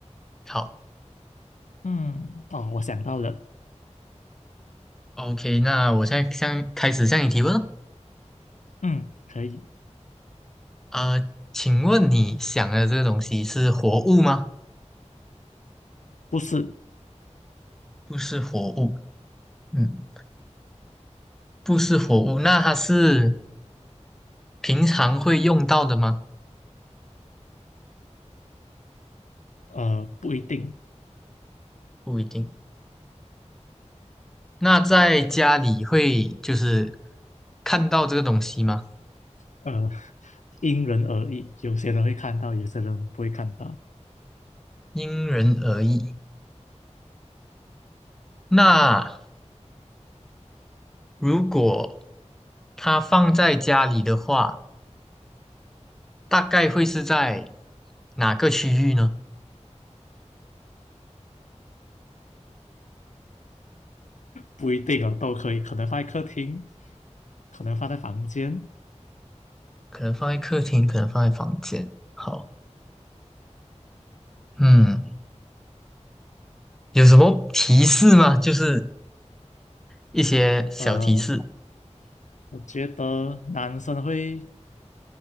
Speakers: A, in the centre; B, on the left.
A: 好
B: 嗯，哦，我想到了。
A: ，OK，那我现在向开始向你提问了。
B: 嗯，可以，
A: 呃，请问你想的这个东西是活物吗？
B: 不是，
A: 不是活物，嗯，不是活物，那它是平常会用到的吗？
B: 呃，不一定，
A: 不一定。那在家里会就是看到这个东西吗？
B: 呃，因人而异。有些人会看到，有些人不会看到，
A: 因人而异。那如果它放在家里的话，大概会是在哪个区域呢？
B: 不一定哦，都可以。可能放在客厅，可能放在房间。
A: 可能放在客厅，可能放在房间。好，嗯，有什么提示吗？就是一些小提示，
B: 呃，我觉得男生会，